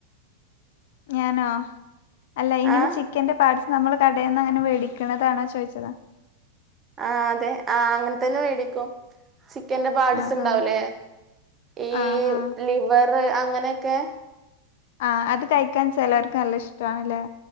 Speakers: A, on the left (about 55°); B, on the right (about 25°).
A: ഞാനോ അല്ല ഇങ്ങനെ
B: ആ
A: ചെ ക്കിന്റെ പാട്സ് നമ്മള് കടെന്ന് അങ്ങനെ വേടിക്കണതാണോ ചോദിച്ചതാ.
B: ആ അതെ ആ അങ്ങനെ തന്നെ മേടിക്കും. ചി ക്കന്റെ പാർട്സ്
A: ആ
B: ഇണ്ടാവുലെ
A: ആ
B: ഈ
A: ആ ആ
B: ലിവർ അങ്ങനെയൊക്കെ.
A: ആഹ് അത് കഴിക്കാൻ ചെലർക്ക് നല്ല ഇഷ്ട്ടോണല്ലേ.